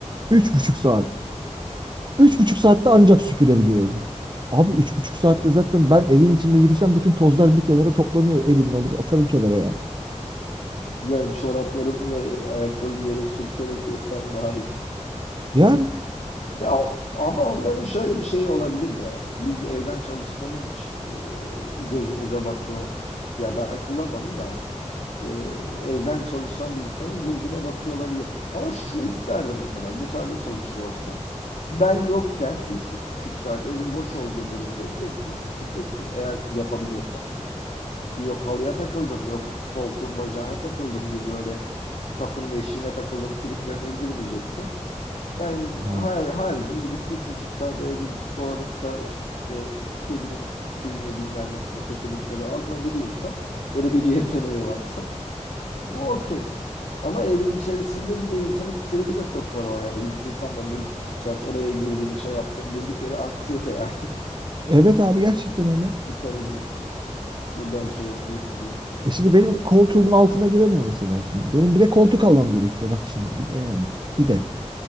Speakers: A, on the right; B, on the left.
A: Üç buçuk saat. Üç buçuk saatte ancak süpürebiliyor evi. Abi üç buçuk saatte zaten ben evin içinde yürüsem bütün tozlar bir kenara toplanıyor. Elimle alır atarım kenara ya.
B: yani çoraplarımla e, ayaklarımı yere sürterek yesem daha iyi.
A: Yani.
B: Ya o- ama onların şöyle bir şeyi olabilir bu arada. Biz evden çalıştığımız için e, gözümüze batıyor. Ya ben kullanmadım da e, evden çalışan bir insanın gözüne batıyor olabilir. Ama şunu isterdim mesela dışarıda çalışıyor olsam ben yokken üç buçuk saat evin boş olduğu durumda gezsin süpürsün eğer yapabiliyorsa. Yok halıya takıldım yok koltuğun bacağına takıldım gibi böyle kapının eşiğine takıldım triplerine girmeyecekse ben
A: Yani.
B: her, her gün gidip üç buçuk saat evde dolanıp da işte kedinin tüyünü bilmem nesini köşedekileri alabiliyorsa öyle bir <laughs> yeteneği varsa bu okey. Ama evin içerisinde bir de insanı tribe de sokar o yani. İzlesem ben onu üç buçuk saat oraya girdim şey yaptım durduk yere anksiyete yani. <laughs>
A: Evet abi gerçekten öyle.
B: Ben Kurtarayım mı? Buradan şey yapayım mı diye.
A: E şimdi benim koltuğumun altına giremiyor mesela şimdi. Benim bir de koltuk almam gerekiyor bak şimdi. Bir de yani bir de.